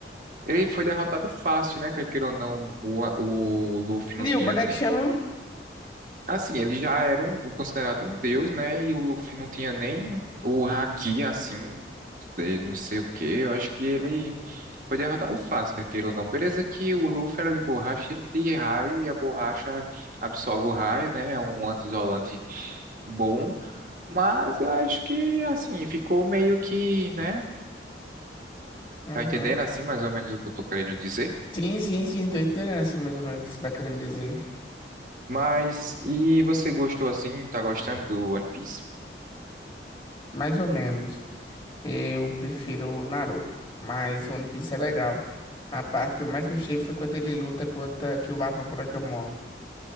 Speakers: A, on the right; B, on the left.
A: Ele foi derrotado fácil, né? Quer queira ou não, o, o Luffy não
B: Nil,
A: tinha
B: boneco
A: nem.
B: chama?
A: Assim, ele já era um, considerado um deus, né? E o Luffy não tinha nem o haki, assim, de não sei o quê. Eu acho que ele foi derrotado fácil, quer queira ou não. Beleza que o Luffy era de borracha, ele de raio, e a borracha absorve o raio, né? É um anti-isolante bom, Mas eu acho que, assim, ficou meio que, né?
B: Uhum.
A: Tá entendendo, assim, mais ou menos o que eu tô querendo dizer?
B: Sim, sim, sim, tô entendendo assim mais ou menos o que você tá querendo dizer.
A: Mas, e você gostou, assim, tá gostando do One Piece?
B: Mais ou menos. Eu prefiro o Naruto, mas One Piece é legal. A parte que eu mais gostei foi quando ele luta contra que o Barba Branca morre.